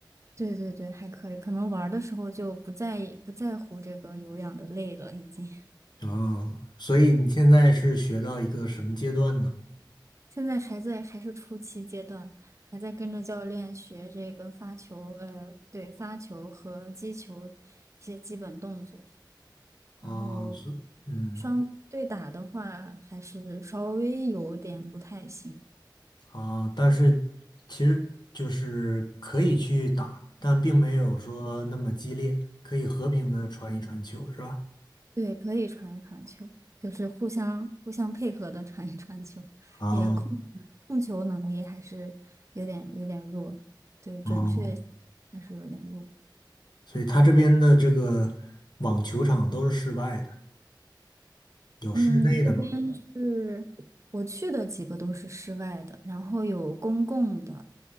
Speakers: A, on the right; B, on the left.
A: 对对对，还可以，可能玩儿的时候就不在意不在乎这个有氧的累了，已经。<laughs>
B: 哦，所以你现在是学到一个什么阶段呢？
A: 现在还在还是初期阶段，还在跟着教练学这个发球，呃，对，发球和击球一些基本动作。
B: 哦，
A: 然后
B: 是，嗯。
A: 双对打的话，还是稍微有点不太行。
B: 啊，但是其实就是可以去打，但并没有说那么激烈，可以和平的传一传球，是吧？
A: 对，可以传一传球，就是互相互相配合的传一传球，
B: 啊，
A: 也控控球能力还是有点有点弱，对，准确
B: 嗯，
A: 还是有点弱。
B: 所以他这边的这个网球场都是室外的，有室内的吗？
A: 嗯，这边是我去的几个都是室外的，然后有公共的，